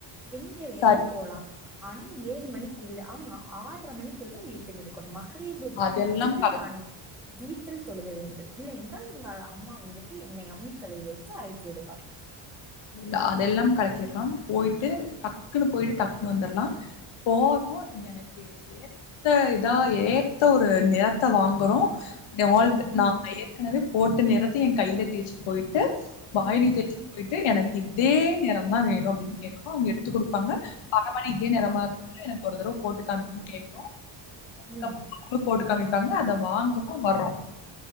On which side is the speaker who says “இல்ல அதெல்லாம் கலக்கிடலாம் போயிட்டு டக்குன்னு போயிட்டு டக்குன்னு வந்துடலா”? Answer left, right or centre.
Left